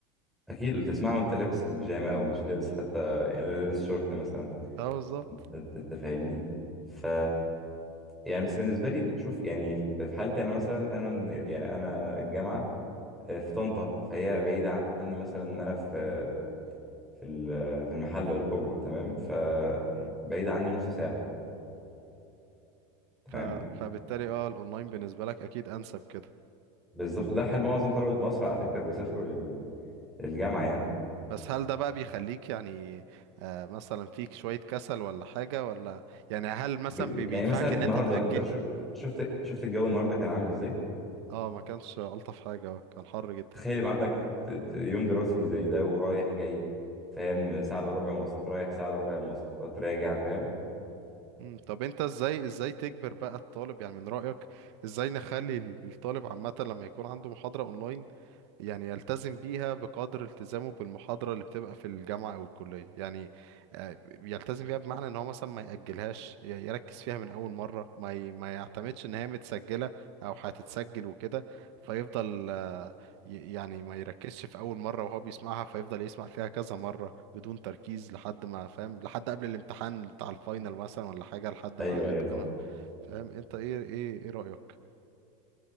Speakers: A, in the centre; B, on the right.
A: اكيد وتسمعه وانت لابس البيجامه او مش لابس حتى يعني لابس شورت مثلا
B: اه بالظبط
A: انت أنت فاهمني ف يعني بس بالنسبه لي شوف يعني في حالتي انا مثلا انا من يعني انا الجامعه آه، في طنطا فهي بعيده عني مثلا انا في في ال- في المحله الكبرى تمام ف
B: مم.
A: بعيده عني نص ساعه
B: ف...
A: تمام
B: فبالتالي اه الاونلاين بالنسبة لك اكيد انسب كده
A: بالظبط ده حال معظم طلبه مصر على فكره بيسافروا لل- للجامعه يعني
B: بس هل ده بقى بيخليك يعني آه مثلا فيك شوية كسل ولا حاجة ولا يعني هل مثلا
A: ب-
B: بي-
A: ب- يعني
B: بيدفعك
A: مثلا
B: ان
A: النهارده
B: انت تأجل
A: انت شو- شفت شفت الجو النهارده كان عامل ازاي
B: اه ما كانش الطف حاجة آه، كان حر جدا
A: تخيل يبقى عندك د- د- يوم دراسي زي ده ورايح جاي فاهم ساعة الا ربع مواصلات رايح ساعة الا ربع مواصلات راجع فاهم
B: مم، طب انت ازاي ازاي تجبر بقى الطالب يعني من رأيك ازاي نخلي ال- الطالب عامة لما يكون عنده محاضرة اونلاين يعني يلتزم بيها بقدر التزامه بالمحاضرة اللي بتبقى في الجامعة او الكلية يعني آه، يلتزم بيها بمعنى ان هو مثلا ما يأجلهاش ي- يركز فيها من اول مرة ما ي- ما يعتمدش ان هي متسجلة او هتتسجل وكده فيفضل ي- يعني ما يركزش في اول مره وهو بيسمعها فيفضل يسمع فيها كذا مره بدون تركيز لحد ما فاهم لحد قبل الامتحان بتاع الفاينل مثلا ولا حاجه لحد
A: ايوه
B: ما يتقنها
A: ايوه طبعا
B: فاهم انت ايه ايه ايه رايك